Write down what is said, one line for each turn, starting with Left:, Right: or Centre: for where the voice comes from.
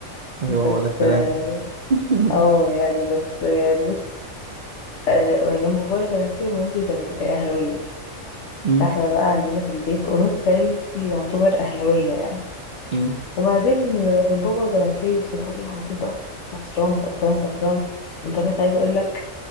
Right: أيوه
Left: بس
Right: هو ده الكلام
Left: اه
Right: <laughs>
Left: آه، يعني بس يعني بس آه يعني أنا بابايا زملكاوي ومامتي زملك- اهلاوية
Right: أمم،
Left: فاحنا بقى عندنا في البيت قرود فايل كتير يعتبر أهلاوية يعني
Right: أمم،
Left: وبعدين آه، بابا زملكاوي بس اللي هو ايه على طول بقى خسران خسران خسران بطريقة عايزة اقول لك